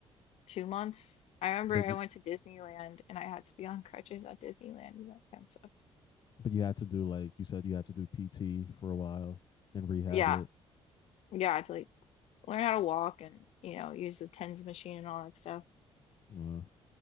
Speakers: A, on the left; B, on the left.
A: two months. I remember
B: But
A: I
B: you
A: went to Disneyland and I had to be on crutches at Disneyland and that kind of stuff.
B: but you had to do like you said you had to do PT for a while and rehab
A: Yeah,
B: it.
A: yeah, to like learn how to walk and you know use the TENS machine and all that stuff.
B: Uh,